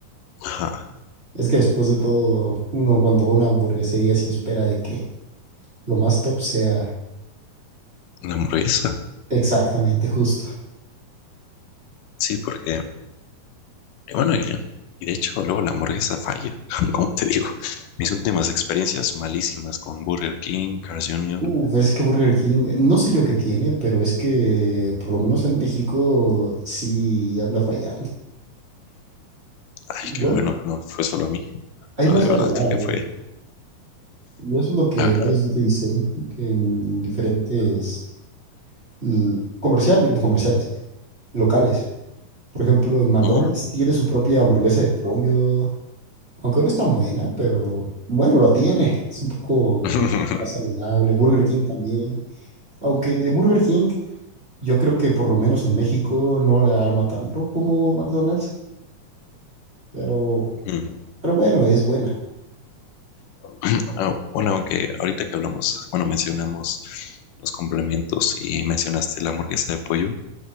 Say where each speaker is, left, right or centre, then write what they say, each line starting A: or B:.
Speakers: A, on the left; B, on the right.
A: ajá,
B: Es que después de todo, uno cuando va a una hamburguesería sí espera de que lo más top sea
A: la hamburguesa.
B: exactamente justo.
A: Sí, porque, y bueno, y, y de hecho luego la hamburguesa falla, <laughs> como te digo. Mis últimas experiencias malísimas con Burger King, Carl's Jr.
B: Uh,
A: <clears throat>
B: ves que Burger King, no sé yo qué tiene, pero es que por lo menos en México sí anda fallando.
A: Ay,
B: Bueno,
A: qué bueno que no fue solo a mí.
B: hay
A: Pero
B: más
A: de
B: variedad,
A: verdad creo que
B: ¿eh?
A: fue...
B: Y eso es lo que
A: ah,
B: varios no te dicen en diferentes mm, comerciales, comerciales, locales. Por ejemplo, en McDonald's
A: mm.
B: tiene su propia hamburguesa de pollo, aunque no es tan buena, pero bueno, la tiene. Es un poco
A: <laughs>
B: más saludable. Burger King también. Aunque de Burger King Yo creo que por lo menos en México no le arma tanto como McDonald's, pero,
A: Mm.
B: pero bueno, es buena.
A: <clears throat> Ah, bueno, aunque ahorita que hablamos, bueno, mencionamos los complementos y mencionaste la hamburguesa de pollo.